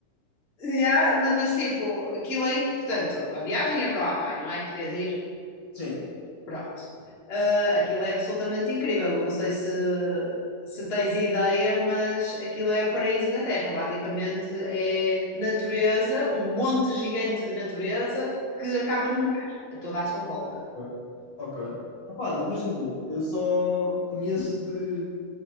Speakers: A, on the left (about 80°); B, on the left (about 50°).
A: já, ma- mas tipo, aquilo é, em que- portanto, a viagem é para o Havaí, não é que tu queres ir?
B: Sim.
A: Pronto. Ah, aquilo é absolutamente incrível. Eu Não sei se, se tens ideia, mas aquilo é o paraíso na Terra. Basicamente é natureza, um monte gigante de natureza que acaba no mar, a toda à sua volta.
B: Ok. Ok. Opá, imagina, eu só conheço de